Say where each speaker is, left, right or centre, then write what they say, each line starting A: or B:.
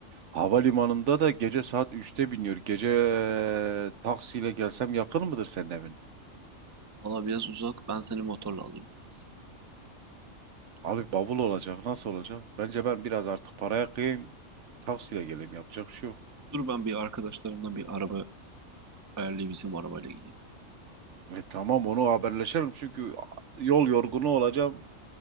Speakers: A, on the right; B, on the right.
A: Havalimanında da gece saat üçte biniyor. Gece eee, taksiyle gelsem yakın mıdır senin evin?
B: valla biraz uzak. Ben seni motorla alayım en iyisi.
A: Abi bavul olacak. Nasıl olacak? Bence ben biraz artık paraya kıyayım. Taksiyle geleyim. Yapacak bir şey yok.
B: Dur ben bir arkadaşlarımdan bir araba ayarlayıp bizim arabayla gideyim.
A: E tamam onu haberleşelim çünkü yol yorgunu olacağım.